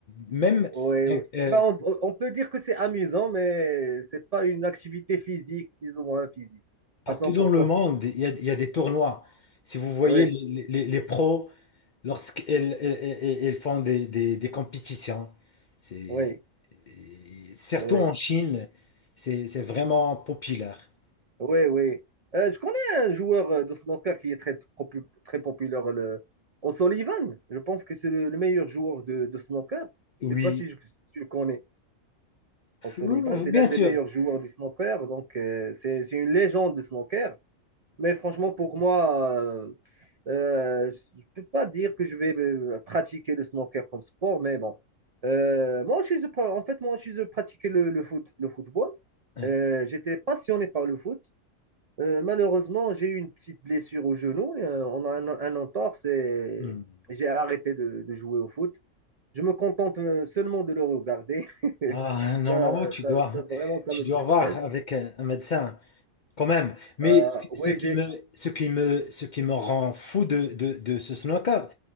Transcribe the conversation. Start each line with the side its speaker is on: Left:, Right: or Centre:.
Left: même
Right: oui, oui.
Left: euh, euh,
Right: Ben, on, on peut dire que c'est amusant, mais c'est pas une activité physique, plus ou moins physique,
Left: partout
Right: à 100%.
Left: dans le monde, il y a, il y a des tournois. Si vous voyez
Right: Oui,
Left: les, les- les pros Lorsqu'elles elles, elles- elles- font des, des- des compétitions, c'est,
Right: oui,
Left: et surtout
Right: oui,
Left: en Chine, c'est c'est vraiment populaire.
Right: oui, oui. <laughs> Euh, je connais un joueur euh, de snooker qui est très, popu- très populaire, le O'Sullivan. Je pense que c'est le, le meilleur joueur de, de snooker.
Left: Oui,
Right: Je sais pas si je, si tu le connais. O'Sullivan,
Left: oui,
Right: c'est
Left: bien
Right: l'un des
Left: sûr.
Right: meilleurs joueurs du snooker, donc euh, c'est c'est une légende du snooker. Mais franchement, pour moi, euh, euh, je ne peux pas dire que je vais euh, pratiquer le snooker comme sport, mais bon. Euh, moi, je, suis- en fait, moi, je pratiquais le, le foot, le football.
Left: Euh,
Right: Euh, j'étais passionné par le foot. Euh, malheureusement, j'ai eu une petite blessure au genou. euh, on a un, un entorse et
Left: hmm.
Right: j'ai arrêté de, de jouer au foot. Je me contente euh, seulement de le regarder. <laughs>
Left: Ah, normalement,
Right: Ça,
Left: tu
Right: ça,
Left: dois,
Right: ça- vraiment, ça
Left: tu
Right: me
Left: dois
Right: stresse.
Left: voir avec un, un médecin quand même. Mais
Right: Euh,
Left: ce
Right: oui,
Left: ce qui
Right: j'ai.
Left: me, ce qui me, ce qui me rend fou de, de, de ce snooker,